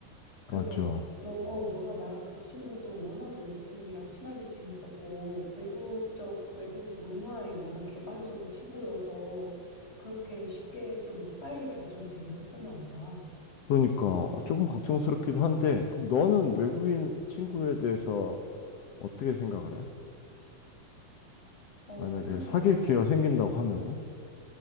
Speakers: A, on the left; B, on the left.
A: 그래서
B: 맞아.
A: 너, 어, 너가 말한 그 친구도 워낙 외국인이랑 친하게 지냈었고 외국적, 외국 문화에 워낙 개방적인 친구여서 그렇게 쉽게 좀 빨리 결정이 되긴 했었나 보다.
B: 그러니까 아, 조금 걱정스럽기도 한데, 그럼 너는 외국인 친구에 대해서 어떻게 생각을 해?
A: 어,
B: 만약에
A: 사실
B: 사귈
A: 나도 좀,
B: 기회가 생긴다고 하면은,